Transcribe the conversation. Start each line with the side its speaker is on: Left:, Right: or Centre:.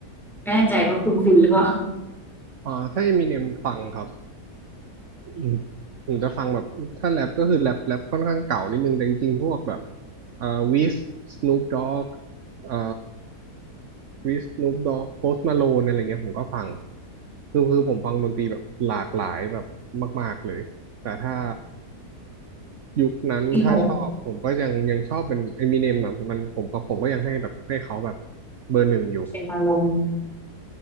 Centre: ไม่แน่ใจว่าคุณฟิลหรือเปล่า
Right: อ่าถ้าเอมิเนมฟังครับอืมผมจะฟังแบบถ้าแรปก็คือแรปแรปค่อนข้างเก่านิดนึงแต่จริงๆพวกแบบเอ่อวิสสนูปด็อกเอ่อ วิสนูปด็อกโพสมาโลนอะไรเงี้ยผมก็ฟัง คือคือผมฟังดนตรีแบบหลากหลายแบบมากๆเลย แต่ถ้ายุคนั้นถ้าชอบผมก็ยังยังชอบเป็นเอมิเนมอ่ะมันผมก็ผมก็ยังให้แบบให้เขาแบบ
Centre: อีผม
Right: เบอร์หนึ่งอยู่
Centre: เป็นอารมณ์อ